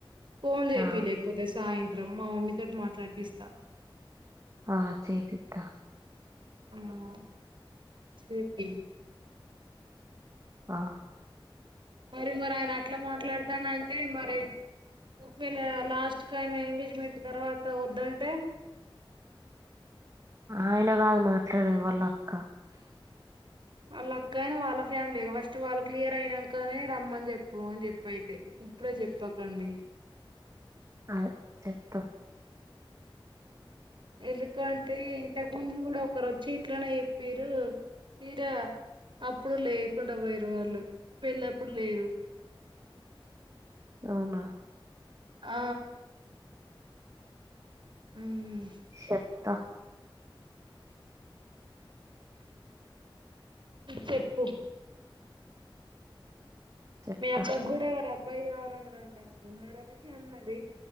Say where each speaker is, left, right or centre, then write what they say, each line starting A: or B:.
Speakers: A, on the right; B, on the right.
A: ఫోన్ చెపి
B: ఆ
A: లేకపోతే సాయంత్రం మా మమ్మీ తోటి మాట్లాడిపిస్తా
B: ఆ చేేపిత్తా
A: మ్ చేపియ్
B: ఆ
A: మరి మరి ఆయన అట్లా మాట్లాడతానంటే మరి ఒకవేళ లాస్ట్ కని ఎంగేజ్మెంట్ తర్వాత వద్దంటే
B: ఆయన కాదు మాట్లాడేది వాళ్ళ అక్క
A: వాళ్ళ అక్కైన వాళ్ళ ఫ్యామిలీ ఫస్ట్ వాళ్ళ క్లియర్ అయినాకనే రమ్మని చెప్పు అని చెప్పు అయితే ఇప్పుడే చెప్పకండి
B: అదె చెప్తం
A: ఎందుకంటే ఇంతకు ముందు కూడా ఒకరు వచ్చి ఇట్లనే చెప్పీరు తీరా అప్పుడు లేకుండా పోయారు వాళ్ళు పెళ్ళప్పుడు లేరు
B: అవునా
A: ఆ ఉమ్..
B: చెప్తా
A: చెప్పు
B: చెప్తా
A: మీ అక్కకు కూడా ఎవరొ అబ్బాయి కావాలన్నదంట ఉన్నాడని అన్నది